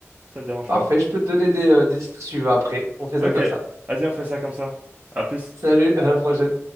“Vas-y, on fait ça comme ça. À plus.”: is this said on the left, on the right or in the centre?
Right